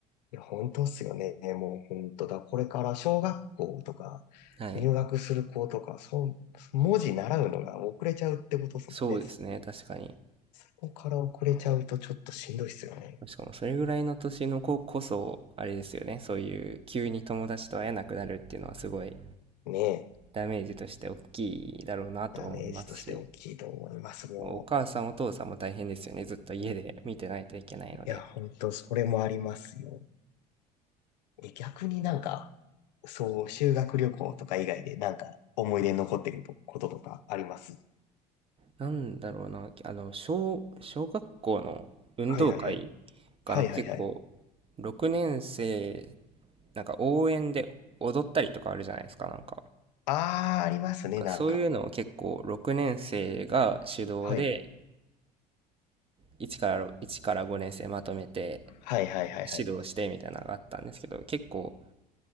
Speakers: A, on the left; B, on the right.
A: や、ほんとっすよね。もうほんとだ。これから小学校とか、
B: はい。
A: 入学する子とか、そう、文字習うのが遅れちゃうってことっすもんね。
B: そうですね、
A: そ
B: 確かに。
A: こから遅れちゃうとちょっとしんどいっすよね。
B: しかもそれぐらいの年の子こそ、あれですよね、そういう急に友達と会えなくなるっていうのはすごい
A: ねえ。
B: ダメージとして大きいだろうなと思いますし、
A: ダメージとして大きいと思います、も
B: お母さんお父さんも大変ですよね、ずっと家で見てないといけないので。
A: う。いや、ほんと、それもありますよ。え逆になんか、そう、修学旅行とか以外でなんか思い出に残ってることとかあります
B: なんだろうな、あの、小、小学校の運動会
A: はいはいはい。
B: かな、
A: はいはいはい。
B: 結構、6年生、なんか応援で踊ったりとかあるじゃないですか、なんか。
A: ああ、ありますね、
B: なんかそういうのを結構6年生が主導で、
A: なんか。はい。
B: 1からろ、1から5年生まとめて
A: はいはいはいはい。
B: 指導してみたいなのがあったんですけど、結構、